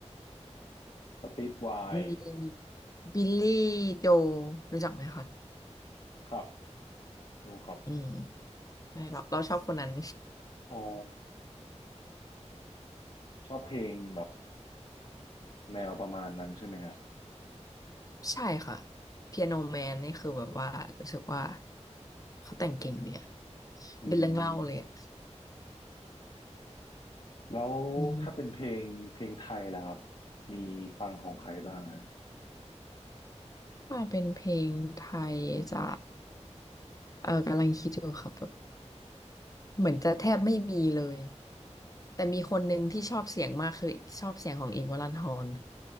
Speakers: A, on the left (about 55°); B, on the left (about 30°).
A: สตีฟไวน์
B: มีบิลลี่โจรู้จักไหมคะ
A: ครับรู้ครับ
B: อืมใช่เราเราชอบคนนั้น
A: อ๋อชอบเพลงแบบแนวประมาณนั้นใช่ไหมฮะ
B: ใช่ค่ะเปียโนแมนนี่คือแบบว่ารู้สึกว่าเขาแต่งเก่งดีอะ
A: อืม
B: เป็นเรื่องเล่าเลยอะ
A: แล้วถ้าเป็นเพลงเพลงไทยล่ะครับ
B: อืม
A: มีฟังของใครบ้างฮะ
B: ว่าเป็นเพลงไทยจะเออกำลังคิดอยู่ครับแบบเหมือนจะแทบไม่มีเลยแต่มีคนหนึ่งที่ชอบเสียงมากคือชอบเสียงของอิงค์วรันธร